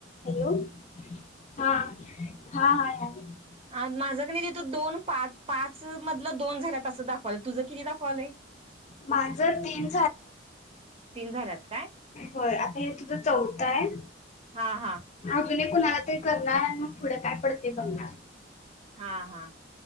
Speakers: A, on the left (about 35°); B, on the right (about 30°).
A: Hello हा हाय. <inaudible>
B: आन माझं कीनई तीत दोन पाच, पाच चअ मधल दोन झाल्यात असं दाख तुझं किती दाखवालय,
A: माझं तीन
B: तीन झाल्यात, काय?
A: व्हयं आता ये चौथ हाय,
B: हा हा
A: अजून एक कुणाला तरी करणार न म पुढ काय पडते बघणार.
B: आ हा